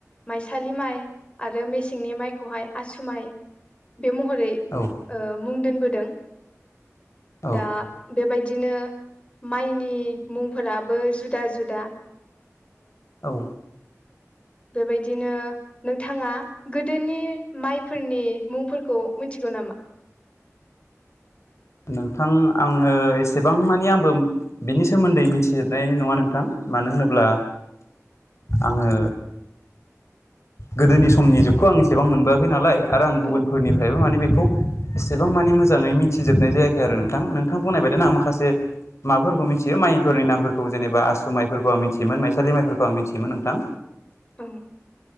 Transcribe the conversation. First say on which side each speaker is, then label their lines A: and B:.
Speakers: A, on the left; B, on the left.
A: माइसालि माइ आरो मेसें -नि माइखौहाय आसुमाइ बे महरै
B: औ
A: मुं दोनबोदों।
B: औ
A: दा बेबायदि बिदिनो माइनि मुंफोराबो जुदा -जुदा।
B: औ
A: बेबायदिनो नोंथाङा गोदोनि माइफोरनि मुंफोरखौ मिथिगौ नामा?
B: नोंथां आङो एसेबां मानि आंबो बिनि सोमोन्दै मिथिजोबनाय नङा नोंथां। मानो होनोब्ला आङो गोदोनि समनि जुगखौ आं एसेबां मोनबोआखै नालाय आरो आं गुबुनफोरनिफ्रायबो
A: औ
B: माने बे खौ एसेबां माने मोजाङै मिथिजोबनाय जायाखै आरो नोंथां नोंथां बुंनाय बायदिनो आं माखासे माबाफोरखौ मिथियो माइफोरनि नामफोरखौ जेनेबा आसु माइफोरखौ आं मिथियोमोन माइसालि माइफोरखौ आं मिथियोमोन नोंथां।
A: ओं-।